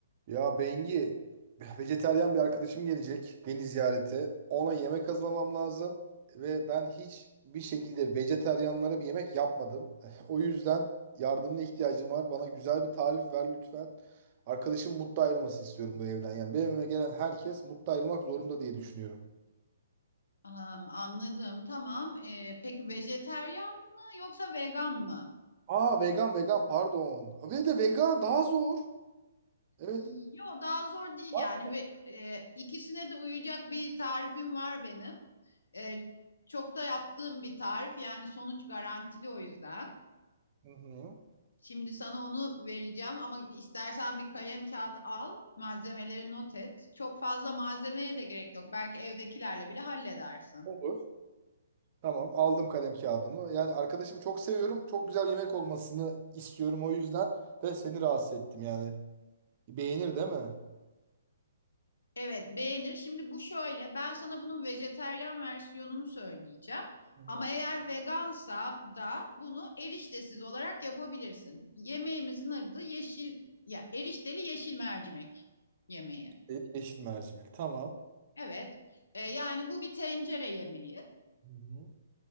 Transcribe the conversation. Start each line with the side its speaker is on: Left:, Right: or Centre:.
Right: Ya Bengi, vejeteryan bir arkadaşım gelecek beni ziyarete. Ona yemek hazırlamam lazım ve ben hiç bir şekilde vejeteryanlara bir yemek yapmadım. <laughs> O yüzden yardımına ihtiyacım var. Bana güzel bir tarif ver lütfen. Arkadaşım mutlu ayrılması istiyorum bu evden. Yani benim evime gelen herkes mutlu ayrılmak zorunda diye düşünüyorum.
Left: Am, anladım. Tamam. Ee, peki vejeteryan mı yoksa vegan mı?
Right: Aa vegan vegan pardon. Ve de vegan daha zor. Evet.
Left: Yo daha zor değil
Right: Var.
Left: yani ve e, ikisine de uyacak bir tarifim var benim. E, çok da yaptığım bir tarif yani sonuç garantili o yüzden.
Right: Hı hı.
Left: Şimdi sana onu vereceğim ama istersen bir kalem kağıt al, malzemeleri not et. Çok fazla malzemeye de gerek yok. Belki evdekilerle bile halledersin.
Right: Olur. Tamam aldım kalem kağıdımı. Yani arkadaşımı çok seviyorum. Çok güzel yemek olmasını istiyorum o yüzden de seni rahatsız ettim yani. Beğenir değil mi?
Left: Evet beğenir. Şimdi bu şöyle ben sana bunun vejeteryan versiyonunu söyleyeceğim.
Right: Hı hı.
Left: Ama eğer vegansa da bunu eriştesiz olarak yapabilirsin. Yemeğimizin adı yeşil ya erişteli yeşil mercimek yemeği.
Right: Ee, Yeşil mercimek. Tamam.
Left: Evet. Ee, yani bu bir tencere yemeği.
Right: Hı hı.